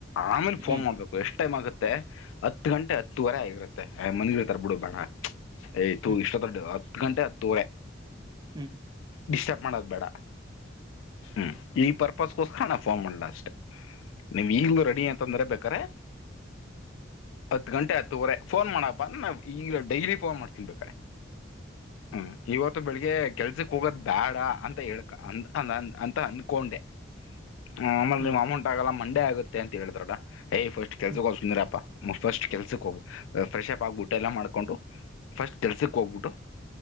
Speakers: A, on the left; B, on the right.
A: ಆಮೇಲೆ ಫೋನ್
B: ಹ್ಮ್
A: ಮಾಡ್ಬೇಕು ಎಷ್ಟು ಟೈಮ್ ಆಗುತ್ತೆ ಹತ್ತು ಗಂಟೆ ಹತ್ತುವರೆ ಆಗಿರುತ್ತೆ ಮನಗಿರ್ತಾರ ಬೇಡ ಯ್ ತು
B: ಹ್ಮ್
A: ಇಷ್ಟ ದೊಡ್ ಹತ್ತು ಗಂಟೆ ಹತ್ತೂವರೆ.
B: ಹ್ಮ್
A: ಡಿಸ್ಟರ್ಬ್ ಮಾಡೋದು ಬೇಡ. ಹ್ಮ್ ಈ ಪರ್ ಅದುಕೋಸ್ಕರ ಫೋನ್ ಮಾಡಲ ಅಷ್ಟೇ ನೀವ್ ಈಗ್ಲೂ ರೆಡಿ ಅಂತಂದ್ರೆ ಬೇಕಾರೆ ಹತ್ತು ಗಂಟೆ ಹತ್ತುವರೆ ಫೋನ್ ಮಾಡ ಅಂದ್ರ ನ ಈಗ್ಲ ಡೈಲಿ ಫೋನ್ ಮಾಡ್ತೀನ್ ಬೇಕಾದ್ರೆ. ಹ್ಮ್ ಇವತ್ತು ಬೆಳಿಗ್ಗೆ ಕೆಲ್ಸಕ್ ಹೋಗದ ಬೇಡ ಅಂತ ಹೇಳ ಅ ಅ ಅಂತ ಅನ್ಕೊಂಡೆ. ಹ ಆಮೇಲೆ
B: ಹ್ಮ್
A: ನೀವು
B: ಹ್ಮ್
A: ಅಮೌಂಟ್ ಆಗಲ್ಲ ಮ ಆಗುತ್ತೆ ಅಂತ ಹೇಳಿದ್ರಡ. ಹೇ ಫಸ್ಟ್ ಕೆಲಸ
B: ಹ್ಮ್
A: ಕೋಗ್ಲಿ ಸುಮ್ಮನಿರಪ್ಪ. ಫಸ್ಟ್ ಕೆಲ್ಸಕ್ ಹೋಗಬ ಫ್ರೆಶ್ಪ್ ಆಗ್ಬಿಟ್ಟು ಎಲ್ಲಾ ಮಾಡ್ಕೊಂಡುಫಸ್ಟ್ ಕೆಲ್ಸಕ್ ಹೋಗ್ಬಿಟ್ಟು